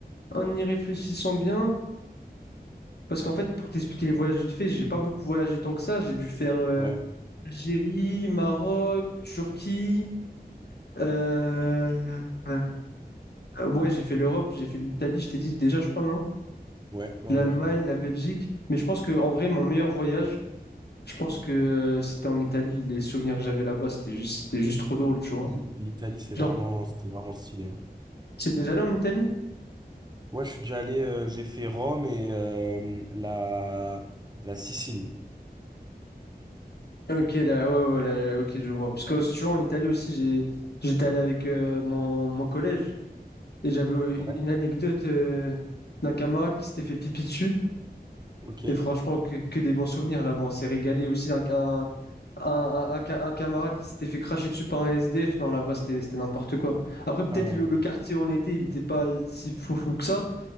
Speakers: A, on the left (about 75°); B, on the right (about 25°).
A: En y réfléchissant bien, parce qu'en fait, pour t'expliquer les voyages vite fait, j'ai pas beaucoup voyagé tant que ça. J'ai dû faire euh,
B: ouais,
A: Algérie, Maroc, Turquie. euh, euh, euh, ouais, j'ai fait l'Europe, j'ai fait l'Italie, je t'ai dit déjà, je crois, non?
B: ouais, ouais.
A: L'Allemagne,
B: ouais. ouais.
A: la Belgique. Mais je pense que en vrai, mon meilleur voyage, je pense que euh, c'était en Italie. Les souvenirs que j'avais là-bas, c'était juste, c'était juste trop drôle, tu
B: L-
A: vois.
B: L'Italie, c'est
A: Genre,
B: vraiment, c'était vraiment stylé. hein.
A: c'est déjà allé en Italie?
B: Ouais, je suis déjà allé, euh, j'ai fait Rome et euh, la, la Sicile.
A: Ok, là, ouais, ouais, là, ok, je vois. Parce que si tu vois, en Italie aussi, j'ai, j'étais allé avec euh, mon, mon collège. Et j'avais euh,
B: Ouais,
A: une, une anecdote euh, d'un camarade qui s'était fait pipi dessus.
B: ok.
A: Et franchement, que, que des bons souvenirs là-bas. On s'est régalé aussi. Un, un, un, un- un ca- un camarade qui s'était fait cracher dessus par un SDF. Non, là-bas, c'était c'était n'importe quoi. Après, peut-être
B: Ah
A: le,
B: ouais.
A: le quartier où on était, il n'était pas si fou fou que ça.